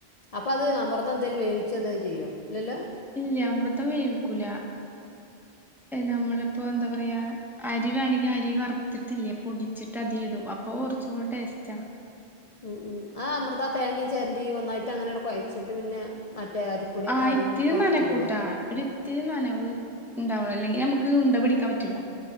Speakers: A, on the left; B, in the centre.
A: അപ്പോൾ അത് അമൃതം എന്തെലും വേവി ച്ച് എന്തെലും ചെയ്യോ ഇല്ലല്ലോ
B: ഇല്ല അമൃതം വേവിക്കൂല എഹ് നമ്മളിപ്പോ എന്താ പറയാ അരി വേണെങ്കി അരി വറ്ത്തിറ്റില്ലേ പൊടിച്ചിട്ട് അതി ഇടും അപ്പൊറുച്ചുടെ ടേസ്റ്റാ
A: ഉം ഉം ആ അമൃത തേങ്ങേ ചെരണ്ടി ഒന്നായിട്ട് അങ്ങനെയൊട കൊയച്ചിട്ട് പിന്നെ മറ്റേ അരി അരിപ്പൊടി
B: അഹ് ആയിറ്റിയെ
A: വറുത്തിടൂല്ലേ
B: നനക്കൂട്ട ഒരിത്തിരി നനവ്ണ്ടാവണം അല്ലെങ്കി നമക്ക് ഉണ്ട പിടിക്കാൻ പറ്റില്ല